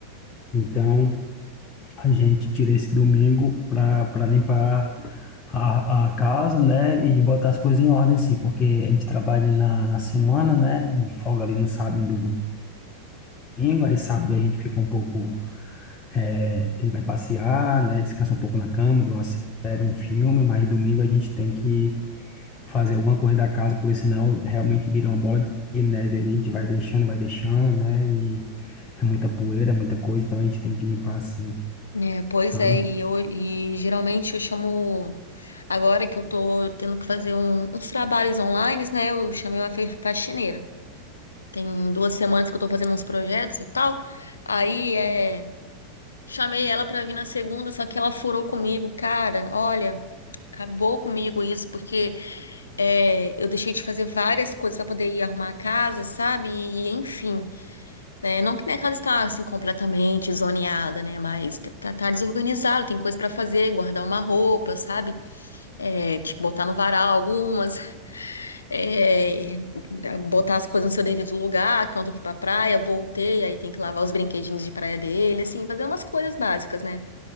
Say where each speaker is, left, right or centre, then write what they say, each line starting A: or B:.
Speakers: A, on the left; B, on the left.
A: Então, a gente tira esse domingo para para limpar a, a casa, né? E botar as coisas em ordem, sim, porque a gente trabalha na, na semana, né? E folga ali no sábado e no domingo. Aí sábado a gente fica um pouco É, ele vai passear, né? Descansa um pouco na cama, vê uma série, um filme, mas domingo a gente tem que fazer alguma coisa da casa, porque senão realmente vira uma bola de neve ali, a gente vai deixando, vai deixando, né? E é muita poeira, é muita coisa, então a gente tem que limpar assim,
B: É, pois
A: sabe?
B: é, e eu e geralmente eu chamo agora que eu tô tendo que fazer um- uns trabalhos online, né? Eu chamei uma fe- faxineira. Tem duas semanas que eu tô fazendo uns projetos e tal. Aí é, chamei ela pra vir na segunda, só que ela furou comigo, cara. Olha, acabou comigo isso, porque é, eu deixei de fazer várias coisas pra poder ir arrumar a casa, sabe? E, enfim, né? Não que minha casa está assim completamente zoneada, né? Mas tá, tá desorganizado, tem coisa pra fazer, guardar uma roupa, sabe? É, tipo, botar no varal algumas é, botar as coisas no seu devido lugar, que ontem eu fui pra praia, voltei, aí tem que lavar os brinquedinhos de praia dele, assim, fazer umas coisas básicas, né?